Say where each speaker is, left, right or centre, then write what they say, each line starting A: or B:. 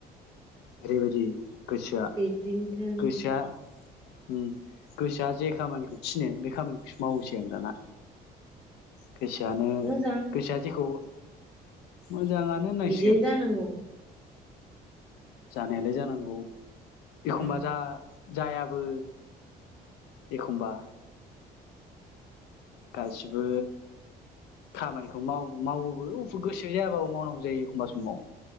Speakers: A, on the left; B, in the centre.
A: ओरैबायदि गोसोआ
B: बिदिनोथोन
A: गोसोआ उ गोसोआ जे खामानिखौ थिनो बे खामानिखौसो मावोसै आं दाना गोसोआनो
B: मोजां
A: गोसोआ जेखौ मोजाङानो होननांसिगोन
B: बिदिनो जानांगौ
A: जानायालाय जानांगौ
B: उम
A: एखमबा जा जायाबो एखमबा गासिबो खामानिखौ माव मावोबो गोसो जायाबाबो मावनांगौ जायो एखमबा समाव